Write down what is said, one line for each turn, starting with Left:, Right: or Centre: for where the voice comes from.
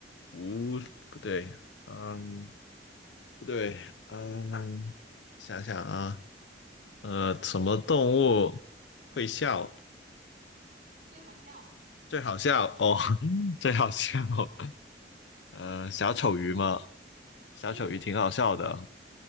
Left: 无不对，嗯，不对，嗯，想想啊，呃，什么动物会笑？
Right: 最好笑
Left: 最好笑哦，<laughs> 最好笑，<laughs> 呃，小丑鱼吗？小丑鱼挺好笑的，
Right: 不？